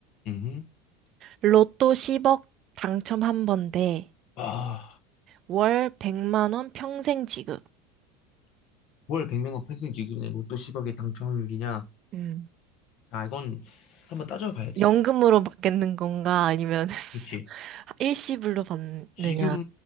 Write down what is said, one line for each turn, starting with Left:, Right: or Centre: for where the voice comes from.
Left: 음,
Right: 로또 10억 당첨 한 번대
Left: 아,
Right: 월 100만 원 평생 지급.
Left: 월 100명 은 편승 지급의 로또 10억의 당첨 확률이냐?
Right: 음.
Left: 자, 이건 한번 따져봐야 돼.
Right: 연금으로 받겠는 건가? 아니면 <laughs>
Left: 그치?
Right: 일시불로 받느냐?
Left: 지금,